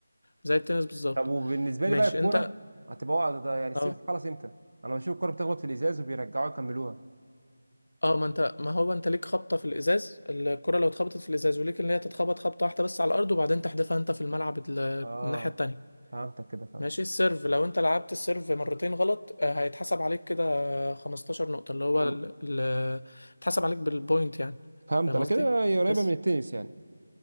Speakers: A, on the left; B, on the right.
A: زي التنس بالظبط
B: طب وبالنسبه
A: ماشي
B: لي بقى الكوره
A: انت
B: هتبقى وقع ده يعني السيرف
A: اه
B: خلاص امتى انا بشوف الكوره بتخبط في الازاز وبيرجعوها يكملوها
A: اه ما انت ما هو انت ليك خبطه في الازاز الكره لو اتخبطت في الازاز وليك ان هي تتخبط خبطه واحده بس على الارض وبعدين تحدفها انت في الملعب ال-
B: اه
A: الناحيه التانية
B: فهمتك كده فهمت
A: ماشي السيرف لو انت لعبت السيرف مرتين غلط آه، هيتحسب عليك كده آه، 15 نقطه اللي هو
B: مم.
A: ال- ال- اتحسب عليك بالبوينت يعني
B: فهمت
A: فاهم
B: انا
A: قصدي
B: كده هي قريبه
A: بس
B: من التنس يعني